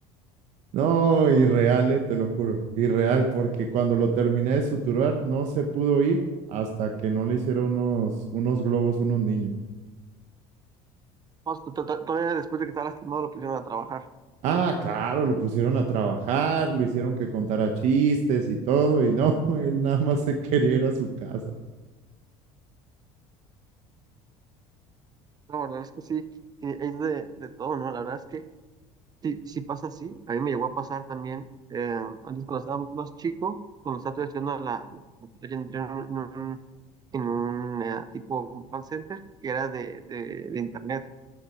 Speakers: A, on the right; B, on the right.
A: No, irreal, eh, te lo juro, irreal, porque cuando lo terminé de suturar no se pudo ir hasta que no le hicieron unos, unos globos, unos niños.
B: vamos, to- to- to- Todavía después de que estaba lastimado lo pusieron a trabajar.
A: Ah, claro, lo pusieron a trabajar, lo hicieron que contara chistes y todo, y no, <laughs> él nada más se quería ir a su casa.
B: No, la verdad es que sí, eh, es de, de todo, ¿no? La verdad es que sí, sí pasa así. A mí me llegó a pasar también, eh, antes cuando estaba más chico, cuando estaba todavía estudiando la, la playa, entré en un, en un, eh, tipo call center que era de, de, de internet.